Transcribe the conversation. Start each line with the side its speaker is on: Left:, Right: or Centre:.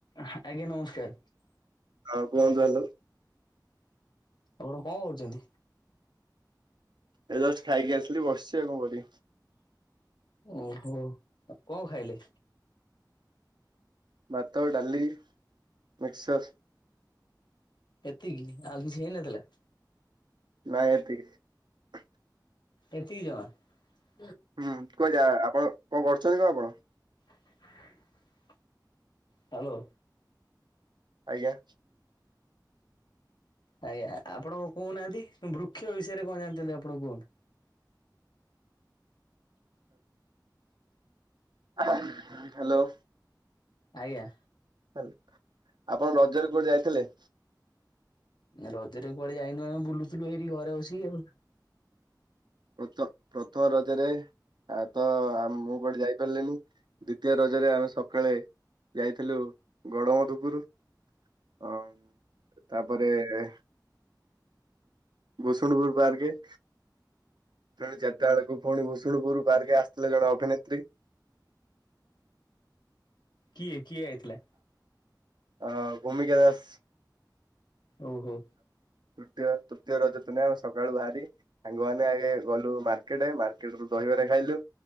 Left: ଆଜ୍ଞା ନମସ୍କାର
Right: ହଁ କୁହନ୍ତୁ ହାଲୋ
Left: ଆପଣ କଣ କରୁଛନ୍ତି?
Right: ଏ ଜଷ୍ଟ ଖାଇକି ଆସଥିଲି ବସିଛି ଆଉ କଣ କରିବି।
Left: ଓହୋ କ 'ଣ ଖାଇଲେ?
Right: ଭାତ ଡାଲି ମିକ୍ସର୍
Left: ଏତିକି ଆଉ କିଛି ହେଇନଥିଲା।
Right: ନା ଏତିକି।
Left: ଏତିକି ଜମା।
Right: ହୁଁ କୁଆ ଯା-ଆ ଆପଣ କଣ କରୁଛନ୍ତି କଣ ଆପଣ?
Left: <inaudible> ହ୍ୟାଲୋ
Right: ଆଜ୍ଞା
Left: ଆଜ୍ଞା ଆପଣ କହୁନାହାନ୍ତି ବୃକ୍ଷ ବିଷୟରେ କଣ ଜାଣିଛନ୍ତି ଆପଣ କୁହନ୍ତୁ?
Right: ଆଉ ହ୍ୟାଲୋ
Left: ଆଜ୍ଞା
Right: ହାଲୋ ଆପଣ ରଜରେ କୁଆଡେ ଯାଇଥିଲେ?
Left: ରଜରେ କୁଆଡେ ଯାଇନୁ ଆମେ ବୁଲୁଥିଲୁ ଏଇଠି ଘରେ ବସିକି ଆଉ।
Right: ପ୍ରଥ ପ୍ରଥମ ରଜରେ ଆ ତ ଆ ମୁଁ ଗୋଟେ ଯାଇି ଗଲିନି ଦ୍ଵିତୀୟ ରଜରେ ଆମେ ସକାଳେ ଯାଇଥିଲୁ ଗଡ ମଧୁପୁରୁ ଅ ତାପରେ-ଏ ବସନ୍ତପୁର ପାର୍କେ ପୁଣି ଚାରିଟା ବେଳକୁ ପୁଣି ଭୁଷୁଣୁପୁର ବାହାରିକି ଆସିଥିଲେ ଜଣେ ଅଭିନେତ୍ରୀ।
Left: କିଏ କିଏ ଆଇଥିଲା?
Right: ଅ ଭୂମିକାଦାସ।
Left: ଓହୋ
Right: ତୃତୀୟ ତୃତୀୟ ରଜଦିନ ଆମେ ସକାଳୁ ବାହାରି ସାଙ୍ଗମାନେ ଆଗେ ଗଲୁ ମାର୍କେଟ ମାର୍କେଟରୁ ଦହିବରା ଖାଇଲୁ